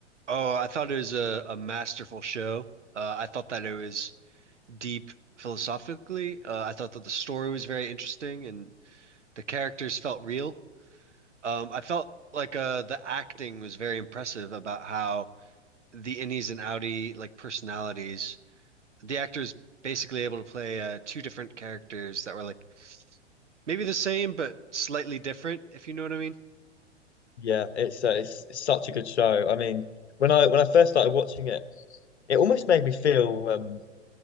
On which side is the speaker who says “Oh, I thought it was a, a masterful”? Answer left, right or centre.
Right